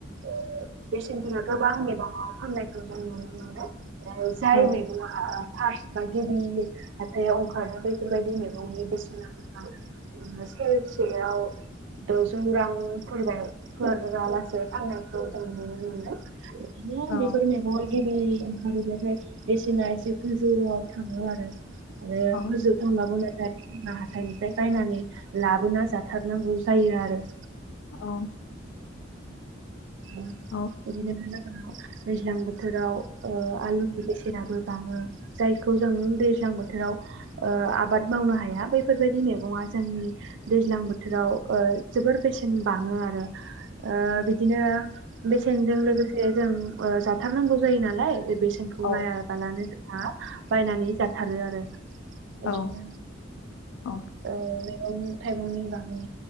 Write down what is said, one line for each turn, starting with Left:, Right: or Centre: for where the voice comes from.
Right: ओ बेसेनफोरा गोबां बिबाङाव फाननायखौ जों नुनो मोनो। जाय
Left: औ
Right: मैगं हा फार्स बा गिबि हाथायाव ओंखारो बेैफोरबायदि मैगंनि बेसेना गोबां सेरसेयाव द'जौ रां फोरबाव फोर होलासे फाननायखौ जों नुनो मोनो। बिदिनो
Left: औ
Right: बेफोर मेगवगिरि ओंखारोबाथाइ बेसेना एसे गोजौआव थाङो आरो। आरो
Left: औ
Right: गोजौ थांनांगौनो जोंना हाथाइनिफ्राय बायनानै लाबोना जा थारनांगौ जायो आरो।
Left: औ।
Right: ओ
Left: औ
Right: बिदिनो दैज्लां बोथोराव ओ आलु बेसेनाबो बाङो जायखौ जों दैज्लां बोथोराव आबाद मावनो हाया बैफोर फोरबायदि मेगङा जोंनि दैज्लां बोथोराव ओ जोबोर बेसेन बाङो आरो ओ बि बिदिनो बेसेनजों लोगोसे जों ओ जाथारनांगौ जायो नालाय बेसेनखौ
Left: औ
Right: नायाबालानो जोंहा बायनानै जाथारो आरो। बिदिनो
Left: औ औ
Right: ओ मैगं थाइगंनि बागै